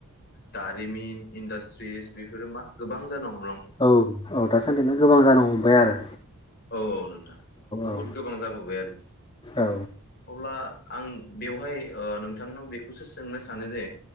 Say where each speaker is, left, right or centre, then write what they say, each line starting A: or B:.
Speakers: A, on the left; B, on the left.
A: दारिमिन इन्डास्ट्रिस बेफोरो मा गोबां जानो ह
B: औ औ दासान्दि गोबां जानांगौ बाय आरो
A: औ औ नोंथां बुहुद
B: औ
A: गोबां जाबोबाय आरोखि
B: औ
A: अब्ला आं बेवहाय नोंथांनाव बेखौसो सोंनो सानो जे